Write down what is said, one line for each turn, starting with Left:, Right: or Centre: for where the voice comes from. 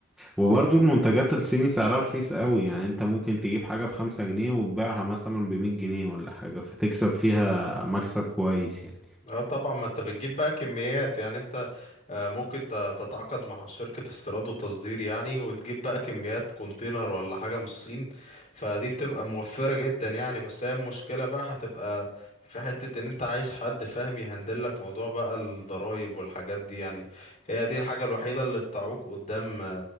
Centre: وبرضه المنتجات الصيني سعرها رخيص قوي يعني انت ممكن تجيب حاجة بخمسة جنيه وتبيعها مثلا بمية جنيه ولا حاجة فتكسب فيها مكسب كويس يعني
Left: اه طبعا ما انت بتجيب بقى كميات يعني انت آه، ممكن ت- تتعاقد مع شركة استيراد وتصدير يعني وتجيب بقى كميات كونتينر ولا حاجة من الصين فدي بتبقى موفرة جدا يعني بس هي المشكلة بقى هتبقى في حتة ان انت عايز حد فاهم يهندلك موضوع بقى الضرايب والحاجات دي يعني هي دي الحاجة الوحيدة اللي بتعوق قدام